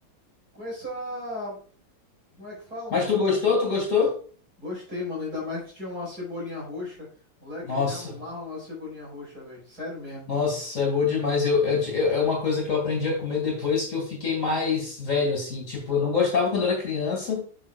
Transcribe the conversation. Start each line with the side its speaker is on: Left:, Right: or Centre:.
Right: Com essa. Como é que fala o
Left: Mas
Right: nome,
Left: tu
Right: pô?
Left: gostou? Tu gostou?
Right: Gostei, mano. Ainda mais que tinha uma cebolinha roxa. Moleque,
Left: Nossa,
Right: eu me amarro na cebolinha roxa, velho. Sério mesmo.
Left: nossa, é bom demais. Eu, eu, eu- é uma coisa que eu aprendi a comer depois que eu fiquei mais velho, assim. Tipo, eu não gostava quando era criança.